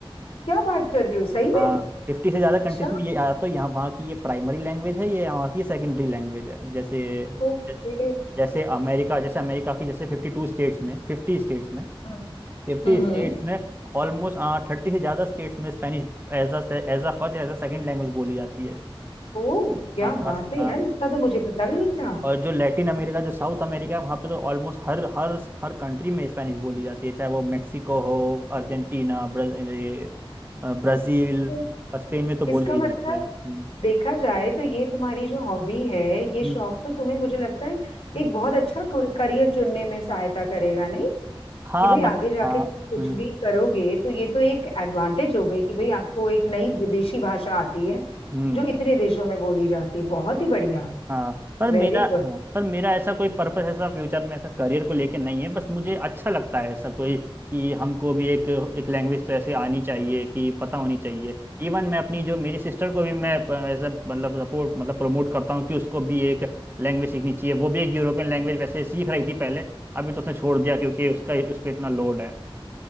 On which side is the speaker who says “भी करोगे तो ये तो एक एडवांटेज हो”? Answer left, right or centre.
Left